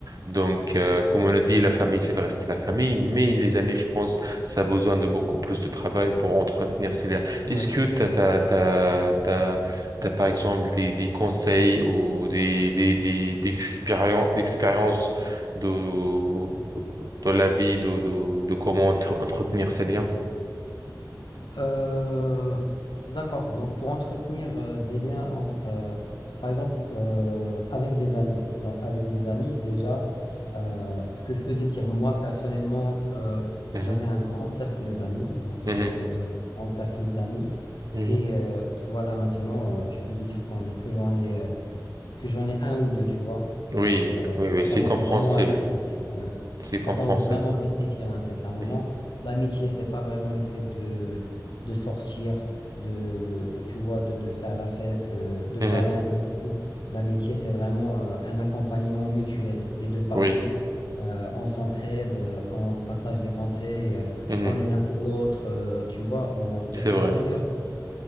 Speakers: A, on the right (about 55°); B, on the left (about 85°).
A: Donc euh, comme on a dit la famille ça va rester la famille mais les amis je pense ça a besoin de beaucoup plus de travail pour entretenir ces liens.
B: Ouais.
A: Est-ce que t'as t'as t'as t'as t'as par exemple des des conseils ou des des des des expérien- d'expériences de, de la vie, de, de, de comment entre- entretenir ces liens.
B: Euh, d'accord. Donc, pour entretenir euh, des liens entre, euh, par exemple, euh, avec des amis. Donc, avec des amis, déjà, euh, ce que je peux te dire, moi, personnellement, euh,
A: Mhm,
B: j'avais un grand cercle d'amis. Donc, j'avais,
A: mhm,
B: j'avais un grand cercle d'amis.
A: mhm.
B: Et euh, tu vois, là, maintenant, euh, je peux te dire quand- que j'en ai. euh, que j'en ai un ou deux, tu vois.
A: Oui,
B: Donc, euh,
A: oui, oui,
B: ça
A: c'est
B: commence
A: compréhensible.
B: vraiment à rétrécir. ouais.
A: C'est
B: Ça
A: compréhensible.
B: commence vraiment à rétrécir à un certain moment.
A: Mhm,
B: L'amitié, c'est pas vraiment le fait de, de sortir, de, tu vois, de, de faire la fête, euh, de
A: mhm.
B: parler un peu de tout. L'amitié, c'est vraiment euh, un accompagnement mutuel des deux parties.
A: Oui,
B: Euh, on s'entraide, euh, on partage des conseils, euh,
A: mhm.
B: on est l'un pour l'autre, euh, tu vois. on-
A: C'est
B: Il y, a il
A: vrai.
B: y a plusieurs